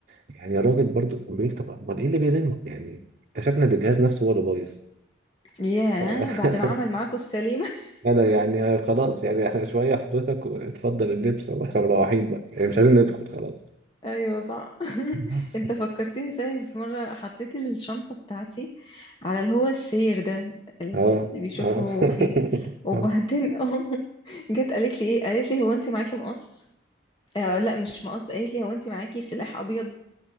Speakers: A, on the right; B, on the left.
A: يعني الراجل برضه كان بيقول طب امال ايه اللي بيرن يعني اكتشفنا ان الجهاز نفسه هو اللي بايظ
B: ياه
A: ف <laughs>
B: بعد ما عمل معاكوا السليمة <laughs>
A: انا يعني خلاص يعني احنا شويه حضرتك اتفضل اللبس واحنا مروحين بقى يعني مش عايزين ندخل خلاص
B: ايوه صح <laughs>
A: بس
B: انت فكرتني صحيح في مرة حطيت الشنطة بتاعتي على اللي هو السير ده اللي
A: اه
B: بيشوفوا
A: اه
B: فيه
A: <laughs>
B: وبعدين
A: آه.
B: <laughs> اه جت قالت لي ايه قالت لي هو انت معاكي مقص آه لا مش مقص قالت لي هو انت معاكي سلاح ابيض